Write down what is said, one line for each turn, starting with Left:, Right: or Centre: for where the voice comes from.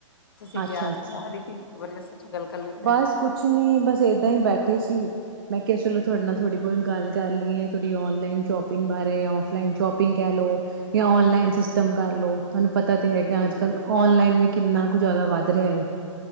Left: ਤੁਸੀਂ ਕੀ
Right: ਅੱਛਾ
Left: ਯਾਦ
Right: ਅੱਛਾ
Left: ਜਾ ਆ ਰਹੀ ਸੀ ਵਧੀਆ ਸੋਚਾ ਗੱਲ ਕਰ ਲੇਤੇ
Right: ਬਸ ਕੁਛ ਨੀ ਬਸ ਏਦਾਂ ਹੀ ਬੈਠੇ ਸੀ ਮੈਂ ਕਿਹਾ ਚਲੋ ਤੁਹਾਡੇ ਨਾਲ ਥੋੜੀ ਬਹੁਤ ਗੱਲ ਗੱਲ ਏ ਐ ਥੋੱਡੀ ਔਨਲਾਈਨ ਸ਼ੋਪਿੰਗ ਬਾਰੇ, ਓਫਲਾਈਨ ਸ਼ੋਪਿੰਗ ਕਹਿ ਲੋੋ। ਜਾਂ ਔਨਲਾਈਨ ਸਿਸਟਮ ਕਰ ਲੋ, ਤੁਹਾਨੂੰ ਪਤਾ ਤੇ
Left: ਜੀ
Right: ਹੈਗਾ
Left: ਜੀ
Right: ਅੱਜ-ਕੱਲ੍ਹ
Left: ਜੀ
Right: ਓਨਲਾਈਨ ਵੀ ਕਿੰਨਾ ਕੁ ਜ਼ਿਆਦਾ ਵੱਧ ਰਿਆ ਏ।